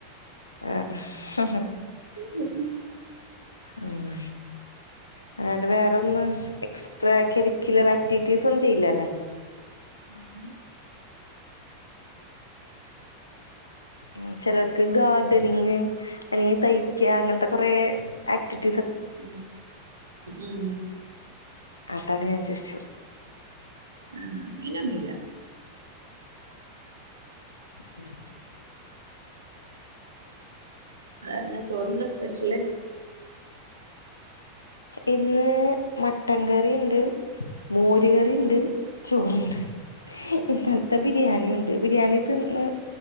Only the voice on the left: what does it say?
ആഹ്.
ഉം എങ്ങാണ്ട് വേറൊന്ന് എക്സ് എക്സ്ട്ര കരിക്കുലർ ആക്ടിവിറ്റീസ് ഒന്നും ചെയ്യില്ല അല്ലേ?
ഉം ചിലവർക്ക് ഗാർഡനിങ് അല്ലെങ്കിൽ തയ്ക്ക അങ്ങനത്തെ കൊറേ ആക്ടിവി
അതാണ് ഞാൻ ചോദിച്ചത്.
ആഹ്.
ഇന്ന് മട്ടൻ കറി ഇണ്ട് മോരു കറി ഇണ്ട് ചോറുണ്ട് ഉ <inaudible> ഇന്നലത്തെ ബിരിയാണിയുണ്ട് ബിരിയാണി തിന്ന്